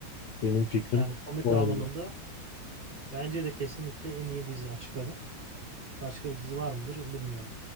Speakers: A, on the left; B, on the right.
A: Benim fikrim
B: Yani komedi
A: o yönde.
B: alanında bence de kesinlikle en iyi dizi açık ara. Başka bir dizi var mıdır bilmiyorum.